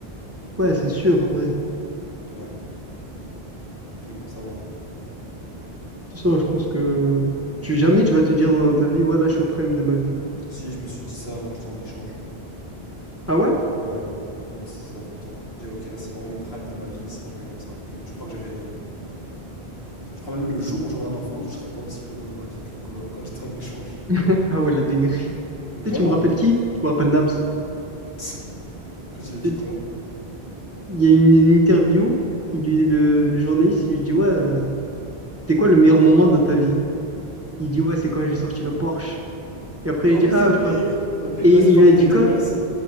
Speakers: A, on the right (about 15°); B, on the left (about 70°).
A: Ouais, c'est sûr, en vrai.
B: Ouais. Et bon, ça va, quoi.
A: tout ça je pense que tu, jamais tu vas te dire dans ta vie, ouais, là, je suis au prime de ma vie.
B: Si, je me suis dit ça quand j'étais en échange.
A: Ah ouais?
B: Ouais, je me disais ça tout le temps. Je disais, ok, là c'est vraiment le prime de ma vie, il sera jamais comme ça. Et je crois que j'avais raison. Je crois même le jour où j'aurai un enfant, je serai pas aussi heureux de ma vie que que- quand j'étais en échange.
A: <laughs> Ah ouais, la dinguerie. Tu
B: Vraiment.
A: sais, tu me rappelles qui? Tu me rappelles Naps.
B: <laughs> Quand il a dit
A: Tu-
B: quoi?
A: tu- Il y a une, une interview, il lui, le, le journaliste, il lui dit, ouais, euh, c'était quoi le meilleur moment de ta vie? Il dit, ouais, c'est quand j'ai sorti le Porsche. Et après,
B: Ah
A: il dit,
B: oui,
A: ah,
B: c'est vrai.
A: je pense.
B: Après,
A: Et
B: il dit, ouais, c'est
A: il
B: pas
A: lui
B: quand
A: a dit
B: t'as eu ton
A: quoi?
B: gosse.